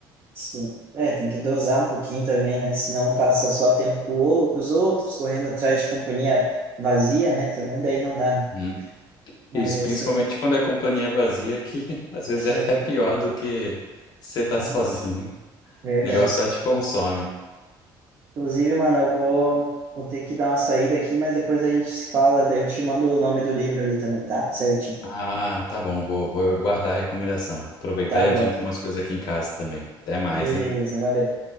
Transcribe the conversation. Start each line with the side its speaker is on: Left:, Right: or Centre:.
Right: Sim. É, tem que dosar um pouquinho também, né? Senão passa só tempo com, o- com os outros, correndo atrás de companhia vazia, né? Também daí não dá, né?
Left: Uhum.
Right: Mas
Left: Isso,
Right: é
Left: principalmente
Right: isso aí.
Left: quando é companhia vazia, que <laughs> às vezes é
Right: É,
Left: até pior do que você tá
Right: ah,
Left: sozinho.
Right: verdade.
Left: O negócio só te consome.
Right: Inclusive, mano, eu vou, vou ter que dar uma saída aqui, mas depois a gente se fala, daí eu te mando o nome do livro ali também, tá? Certinho.
Left: Ah, tá bom, vou, vou guardar a recomendação. Aproveitar
Right: Tá
Left: e
Right: bom,
Left: adiantar
Right: então.
Left: umas coisas aqui em casa também. Até mais,
Right: Beleza,
Left: hein?
Right: valeu.